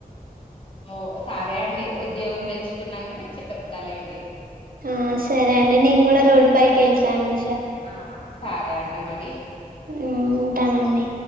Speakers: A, on the left; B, on the right.
A: ఓ సరే అండి ఉద్యోగం తెచ్చుకునంక మీకు చెప్తాలెండి
B: ఆ సరే అండి నెను కూడా రోడ్డు పైకి వెళ్తా అండి
A: ఆ సరే అండి మర్ రి
B: ఉమ్ ఉంటానండి